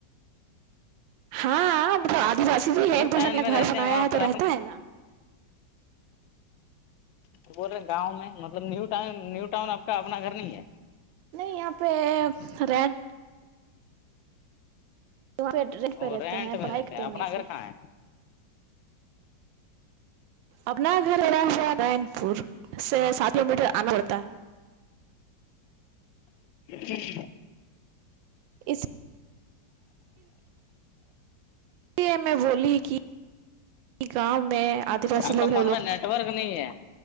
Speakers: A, on the right; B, on the left.
A: ہاں مطلب آدی واسی بھی
B: نیو
A: ایک دوجن
B: ٹاؤن
A: نے
B: میں
A: گھر
B: رہتے
A: سنایا
B: ہیں وہاں
A: ہے تو
B: پر
A: رہتا ہے نا
B: تو بول رہے گاؤں میں مطلب نیو ٹؤ نیو ٹاؤن آپ کا اپنا گھر نہیں ہے
A: نہیں یہاں پہ ریڈ تو رٹ پہ
B: اور
A: رہتے
B: رینٹ
A: ہیں
B: میں
A: پڑھائی
B: رہتے
A: کرتے ہیں
B: اپنا
A: وہیں
B: گھر
A: سے
B: کہاں ہے
A: اپنا گھر با ہوا نارن پور سے سات کلو میٹر آنا پڑتا ہے
B: جی ج
A: اس اس لیے میں بولی کہ گاؤں میں آدی
B: آپ
A: وسی لوگ
B: کا
A: ہیں
B: فون
A: وہ لوگ
B: میں نیٹ ورک نہیں ہے